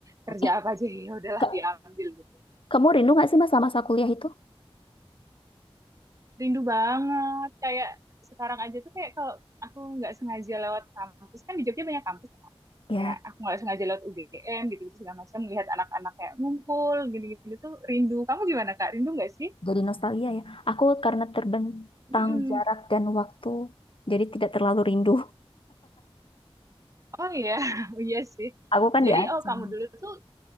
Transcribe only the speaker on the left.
Eh,
ka-
kamu rindu nggak sih mas sama masa kuliah itu?
Ya,
jadi nostalgia ya. Aku karena terbentang
jarak dan waktu, jadi tidak terlalu rindu.
Aku kan
di Aceh,